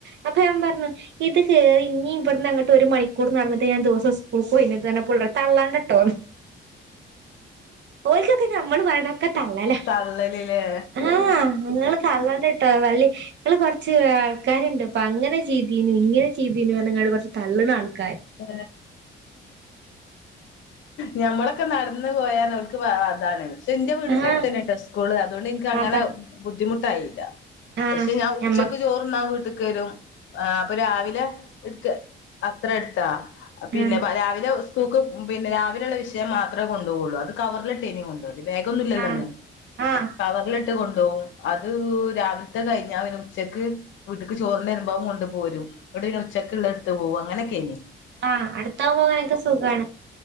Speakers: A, on the right (about 65°); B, on the left (about 70°).
A: അപ്പം ഞാൻ പർഞ്ഞു ഇത് കേറി ഞ്ഞിം ബട്ന്നങ്ങട്ട് ഒരു മണിക്കൂറ് നടന്ന്ട്ട് ഞാൻ ദിവസം സ്കുൾക്ക് പോയിന്യത് പർഞ്ഞപ്പൊ തള്ളണ്ടട്ടോ ഇതൊക്കെ ഞമ്മള് പറേണ ക്ക തള്ളലാ
B: തള്ളലില്ലേ
A: ആ ങ്ങള് തള്ളണ്ടട്ടോ തള്ളി ങ്ങള് കൊർചി ക്കാര്ണ്ട് പ്പ അങ്ങന ചെയ്തീനി ഇങ്ങനെ ചെയ്തീനർഞ്ഞു ങാണ്ട് കൊർച് തള്ള്ണ ആൾക്
B: <inaudible> ഞമ്മളൊക്കെ ന്നട്ന്ന് പോയർഞ ഓൽക്ക് പ അ അതാണ് ക്ഷെ ൻ്റെ വീട്ൻ്റട്ത്തെന്നെട്ടൊ
A: ആഹ്
B: സ്കുള് അതോണ്ട് ഇൻക്ക് അങ്ങനെ
A: അതാ
B: ബുദ്ധിമുട് ട്ടായില
A: ആഹ്
B: പക്ഷെ ഞാം ഉച്ചക്ക്
A: ഞമ്മക്ക്
B: ചോറ് ന്നാം വീട്ട്ക്ക് ക്കെരും <unintelligible> രാവിലെ ഇട്ക്ക് അത്ര എട്ത് ത്താ പിന്നെ
A: ആഹ്
B: പ രാവിലെ ഉസ് കൂകു പിന്നെ രാവിലെ ള്ള വഷയം മാത്രേ കൊണ്ടോഒള്ളൂ അത് കവർല്ട്ടേനി കൊണ്ടോല് ബേഗൊന്നുല്ല്യയന്ന്
A: ആഹ് ആഹ്
B: കവർല് ട്ട് കൊണ്ടോഉം അത് രാവിലത്തെ കഴിഞ്ഞാ പിന്നെ ഉച്ചക്ക് വീട്ട്ക്ക് ചോർന് എരുമ്പം അഉം കൊണ്ട് പോലും ങ്ങട്ട് പിന്നെ ഉച്ചക്ക്ള്ള ഇട്ത്ത് പോഉം അങനൊക്കേനി
A: ആ അട്ത്താഉബോ ങ്ങനൊക്കെ സുഖാണ്